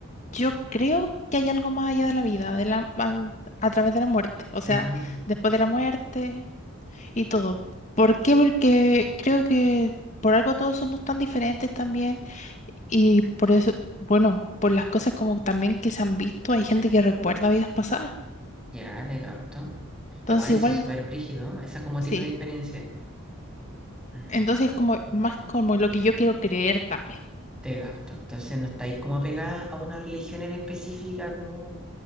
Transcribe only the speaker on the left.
yo creo que hay algo más allá de la vida, de la, a, a través de la muerte. O sea,
después de la muerte. y todo. ¿Por qué? Porque creo que por algo todos somos tan diferentes también y por eso, bueno, por las cosas como también que se han visto, hay gente que recuerda vidas pasadas.
Entonces
igual,
sí.
Entonces como más como lo que yo quiero creer también.